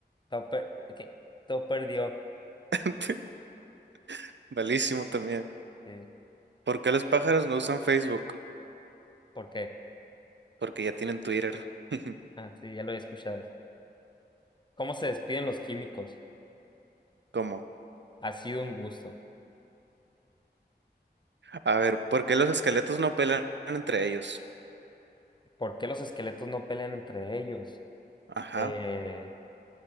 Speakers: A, on the left; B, on the right.
A: Topper, ¿qué? Topper dio.
B: <laughs> Malísimo también.
A: Sí.
B: ¿Por qué los pájaros no usan Facebook?
A: ¿Por qué?
B: Porque ya tienen Twitter. <laughs>
A: Ah, sí, ya lo he escuchado. eso. ¿Cómo se despiden los químicos?
B: ¿Cómo?
A: Ha sido un gusto.
B: A ver, ¿por qué los esqueletos no pelean entre ellos?
A: ¿Por qué los esqueletos no pelean entre ellos?
B: Ajá,
A: Eh,